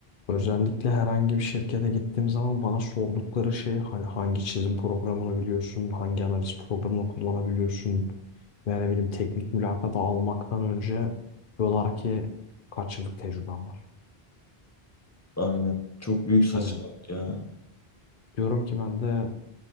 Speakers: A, on the left; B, on the left.
A: özellikle herhangi bir şirkete gittiğim zaman bana sordukları şey hani hangi çizim programını biliyorsun, hangi analiz programını kullanabiliyorsun veya ne bileyim teknik mülakata almaktan önce diyorlar ki kaç yıllık tecrüben var.
B: Aynen. Çok büyük saçmalık
A: Hani
B: ya.
A: diyorum ki ben de